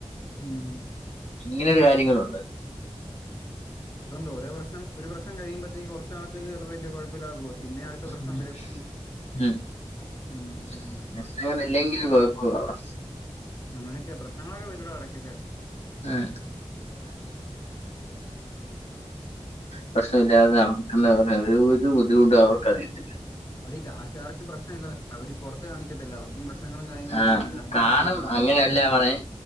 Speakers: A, on the left; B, on the left.
A: ഉം
B: ഇങ്ങനെൊരു കാര്യങ്ങളുണ്ട്.
A: അതൊണ്ട് ഓരോ പ്രശ്നം ഒരു പ്രശ്നം കഴിയുമ്പത്തേക്ക് കുറച്ച് നാളത്തേക്ക് വല്യ കുഴപ്പിലാതെ പോവും പിന്നെ.
B: <unintelligible>
A: പ്രശ്നം വരും ഉം
B: കുഴപ്പണോ?
A: അങ്ങനൊക്കെ പ്രശ്നങ്ങളൊക്കെ വരു വെടഎടകൊക്കെ.
B: <unintelligible> പ്രശ്നമില്ലാതെ നടക്കുന്നവരു ഒരു ഒരു ബുദ്ധിമുട്ടും അവർക്ക് അറിയത്തില്ല.
A: ഈ കാശുകാർക്കും പ്രശ്നമല്ല അവര് പുറത്ത് കാണിക്കത്തില്ല അവർ. പ്രശ്നങ്ങളും കാര്യങ്ങളൊക്കെ
B: ആ
A: ഉണ്ട് നമ്മുക്കറിയാത്തോണ്ടാ.
B: കാണും അങ്ങനെയല്ല പറഞ്ഞേ